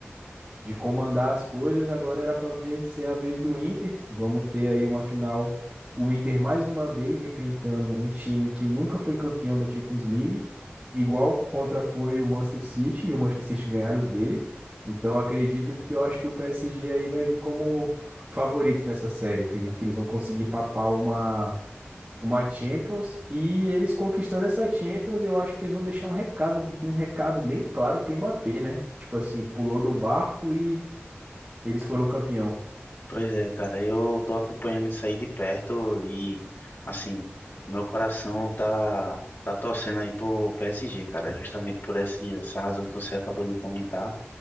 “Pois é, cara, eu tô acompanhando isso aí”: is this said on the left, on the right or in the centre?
Left